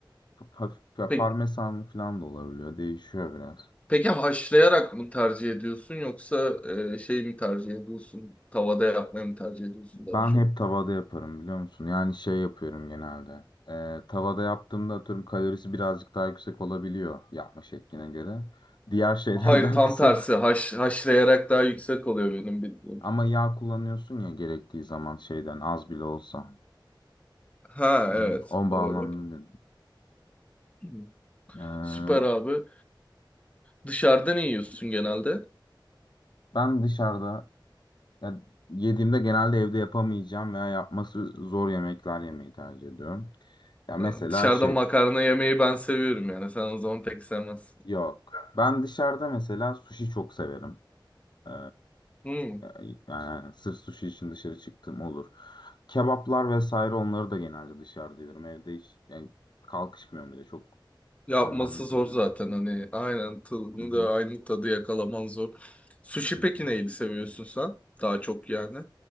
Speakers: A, on the left; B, on the left.
A: Hafif ya
B: Peki,
A: parmesan falan da olabiliyor. Değişiyor biraz.
B: peki haşlayarak mı tercih ediyorsun yoksa e, şey mi tercih ediyorsun? Tavada yapmayı mı tercih ediyorsun
A: Ben
B: daha çok?
A: hep tavada yaparım biliyor musun? Yani şey yapıyorum genelde. Ee, tavada yaptığımda atıyorum kalorisi birazcık daha yüksek olabiliyor yapma şekline göre. Diğer şeylerden
B: Hayır tam
A: <laughs> kısıp
B: tersi. Haş, haşlayarak daha yüksek oluyor benim bildiğim.
A: ama yağ kullanıyorsun ya gerektiği zaman şeyden az bile olsa.
B: Ha
A: Hmm,
B: evet
A: O bağlamda
B: doğru.
A: dedim.
B: Hı.
A: Ee,
B: Süper abi. Dışarıda ne yiyorsun genelde?
A: ben dışarıda ya yediğimde genelde evde yapamayacağım veya yapması zor yemekler yemeyi tercih ediyorum. Ya mesela
B: Ha, dışarıda
A: şey
B: makarna yemeyi ben seviyorum yani. Sen o zaman pek sevmezsin.
A: Yok. Ben dışarıda mesela sushi çok severim. Ee,
B: Hmm.
A: yani yani sırf sushi için dışarı çıktığım olur. Kebaplar vesaire onları da genelde dışarıda yiyorum. Evde hiç yani kalkışmıyorum bile. Çok
B: Yapması
A: anlamlı
B: zor
A: bulmuyor.
B: zaten hani. Aynen tadını
A: Hı hı,
B: da aynı tadı yakalaman zor. Sushi
A: hı hı.
B: peki neyi seviyorsun sen? Daha çok yani.